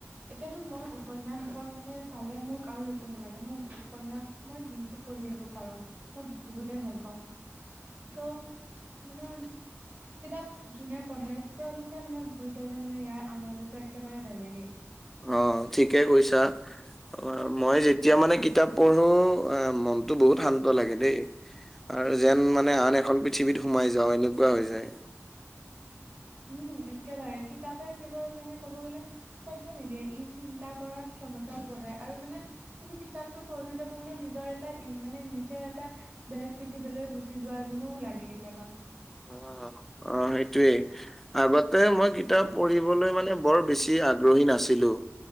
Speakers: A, on the right; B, in the centre.
A: এতিয়াতো মই উপন্যাসজন মানে পালে মোক আৰু একো নালাগে। মই উপন্যাস মই দিনতো পঢ়ি থাকিব পাৰো মই বহুতে ভাল পাওঁ। ত' মানে
B: উ <unintelligible>
A: কিতাপ যোনে পঢ়ে তেওঁলোকে মানে বুজায় যে মানে ইয়াৰ আনন্দতটো একেবাৰে বেলেগেই।
B: অ' ঠিকে কৈছা। অ' মই যেতিয়া মানে কিতাপ পঢ়ো মনতটো বহুত শান্ত লাগে দেই। আৰু যেন মানে আন এখন পৃথিৱীত সোমাই যাওঁ এনেকুৱা হৈ যায়।
A: উম, একেবাৰে কিতাপে কেৱল মানে ক'ব গ'লে তথ্য নিদিয়ে ই চিন্তা কৰাৰ ক্ষমতাও বঢ়াই আৰু মানে তুমি কিতাপতটো পঢ়োতে পঢ়িলে নিজৰ এটা মানে নিজৰ এটা বেলেগ পৃথিৱীলৈ গুচি যোৱা যেনো লাগে কেতিয়াবা।
B: অ', অ', সেইটোৱেই। আগতে মই কিতাপ পঢ়িবলে মানে বৰ বেছি আগ্ৰহী নাছিলোঁ।